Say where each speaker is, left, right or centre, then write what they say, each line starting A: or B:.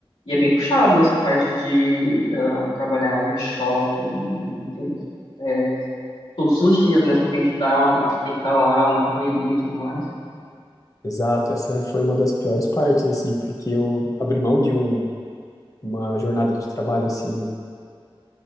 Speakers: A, on the left; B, on the left.
A: e é bem puxado nessa parte de ah, trabalhar em shopping, enfim, é, todos os dias, né? Você tem que estar, você tem que estar lá na correria e tudo mais,
B: exato, essa foi uma das piores partes, assim, porque eu abri mão de um, uma jornada de trabalho, assim,